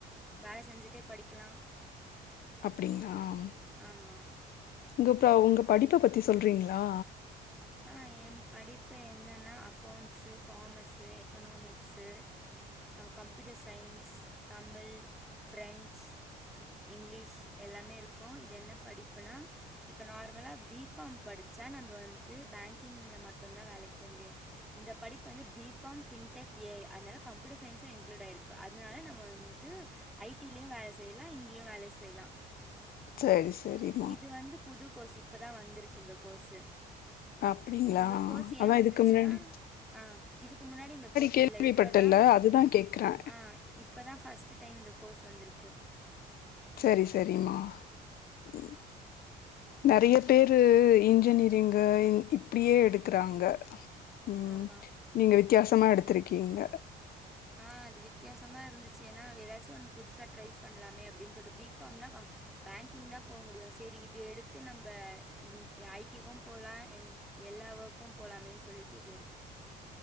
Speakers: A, in the centre; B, on the left.
A: வேல செஞ்சிட்டே படிக்கலா
B: அப்டிங்ளாம்
A: ஆமா
B: உங்கப் ப்ரவ் உங்கப் படிப்ப பத்தி சொல்றீங்ளா
A: ஆ எம் படிப்பு என்னனா அக் கௌண்ஸு காமர்ஸு எக்கனாமிக்ஸு அ computer science Tamil French English எல்லாமே இருக்கு இது என்னப் படிப்புனா இப்போ நார்மலா பி காம் படிச்சா நம்ம வந் து பேங்கிங்ல மட்டுந்தா வேலைக் போ முடியு இந்த படிப்பு வந்து B com fintech A I அதனால கம்ப்யூட்டர் சயின்ஸு இ்ன்க்ளூட் ஆயிருக்கு அதனால நம்ம வந்து ஐ டி லியு வேல செய்லா இங்கியு வேல செய்லா
B: சரி சரிப்
A: இது வந்து புது கோர்ஸ் இப்பதா வந்திருக்கு இந்த கோர்ஸு
B: அப்டிங்களா
A: இந்த கோர்ஸ் ஏ
B: அதா
A: வந்துச்சுனா
B: இதுக்கு முன்னாடி
A: ஆ இதுக்கு முன்னாடி இந்த கோர்ஸ்
B: கேள்விப்பட்டல்ல
A: இல்ல இப்பதா
B: அதுதா கேக்குறே
A: ஆ இப்பதா ஃபர்ஸ்ட்டு டைம் இந்த கோர்ஸ் வந்திருக்கு
B: சரி சரிமா ம் நெறையப் பேரு இன்ஜினியரிங்கு இன் இப்டியே எடுக்குறாங்க ம்
A: ஆமா
B: நீங்க வித்தியாசமா எடுத்திருக்கீங்க
A: ஆ அது வித்யாசமா இருந்துச்சு எனா எதாச்சு ஒன்னு புதுசா ட்ரைப் பண்லாமே அப்டின் சொல்ட்டு பி காம் னா ஆ பேங்கிங்தா போ முடியு சேரி இது எடுத்து நம்ப இங் ஐ டி க்கும் போலா எங் எல்லா ஒர்க்கும் போலாமேன் சொல்லிட்டு இது எடுத்துட்டே